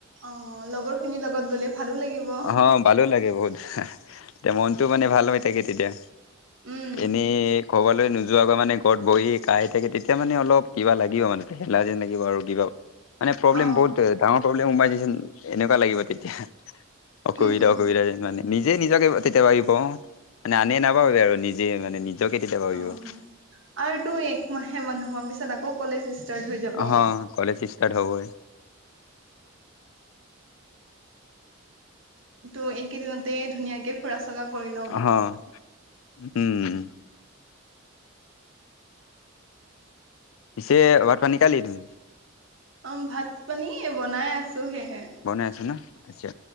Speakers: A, on the right; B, on the left.
A: অ লগৰ খিনিৰ লগত গলে ভালো লাগিব।
B: অ ভালো লাগে বহুত এতিয়া মনটো মানে ভাল হৈ থাকে তেতিয়া
A: উম
B: এনেই ক'ৰবালৈ নোযোৱাকৈ মানে ঘৰত বৰি কাঁহি থাকে তেতিয়া মানে অলপ কিবা লাগিব মানে পেহেলা যেন লাগিব আৰু কিবা। মানে প্ৰব্লেম
A: অ
B: বহুত ডাঙৰ প্ৰব্লেম সোমাই দিছে এনেকুৱা লাগিব তেতিয়া। অসুবিধা
A: হুম হুম
B: অসুবিধা যেন নিজে নিজকে তেতিয়া ভাবিব অ মানে আনে নাভাবিব আৰু নিজে মানে নিজকে তেতিয়া ভাবিব।
A: অ আৰু তোৰ একমাহে বন্ধ পাম পিছত আকৌ কলেজ ষ্টাৰ্ট হৈ যাব।
B: অ কলেজ ষ্টাটাড হ'বই।
A: ত' এইকেই দিনত ধুনিয়াকে ফুৰা চকা কৰি লও।
B: <unintelligible> পিছে ভাত পানীখালি তুমি?
A: উম ভাত পানী বনাই আছোঁ সেয়ে।
B: বনাই আছো নো আচ্ছা